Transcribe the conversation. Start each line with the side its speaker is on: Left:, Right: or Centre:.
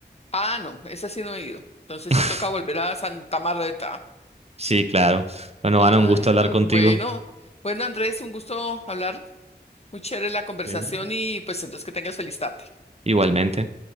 Left: Ah, no, esa sí no he ido, entonces
Right: <laughs>
Left: sí toca volver a Santa Marta.
Right: Sí, claro. Bueno,
Left: Ay,
Right: Ana, un gusto hablar
Left: no,
Right: contigo.
Left: bueno, bueno, Andrés, un gusto hablar, muy chévere la conversación
Right: Bien.
Left: y pues entonces que tengas feliz tarde.
Right: Igualmente.